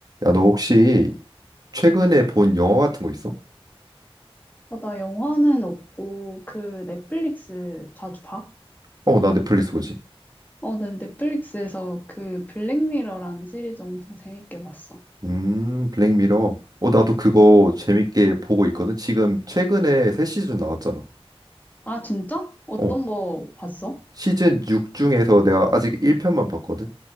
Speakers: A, on the right; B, on the left.
A: 야, 너 혹시 최근에 본 영화 같은 거 있어?
B: 어, 나 영화는 없고 그 넷플릭스 자주 봐?
A: 어, 나 넷플릭스 보지.
B: 어, 난 넷플릭스에서 그 블랙미러라는 시리즈 엄청 재밌게 봤어.
A: 음, 블랙미러. 어, 나도 그거 재밌게 보고 있거든. 지금 최근에 새 시즌 나왔잖아.
B: 아, 진짜? 어떤
A: 어,
B: 거 봤어?
A: 시즌 6 중에서 내가 아직 1편만 봤거든.